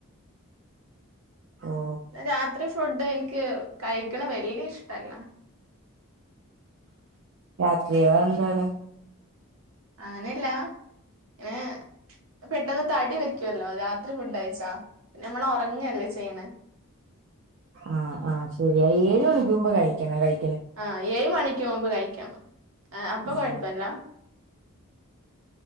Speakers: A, on the right; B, on the right.
A: ഓ
B: രാത്രി ഫ് ഫുഡ് എനിക്ക് കഴിക്കണ വല്യ ഇഷ്ടല്ല.
A: രാത്രിയോ? അതെന്താണ്?
B: അങ്ങനെയല്ലാ ഏഹ് പെട്ടെന്ന് തടി വയ്ക്കുവല്ലോ രാത്രി ഫുഡ് കയിച്ചാ പിന്നെ നമ്മള് ഒറങ്ങല്ലേ ചെയ്യണേ
A: ആ ആ ശരിയാ ഏഴ് മണിക്ക് മുമ്പ് കഴിക്കണം കഴി
B: ആ ഏഴ് മണിക്ക് മുമ്പ് കഴിക്കണം അപ്പൊ
A: ഉം
B: കൊഴപ്പല്ല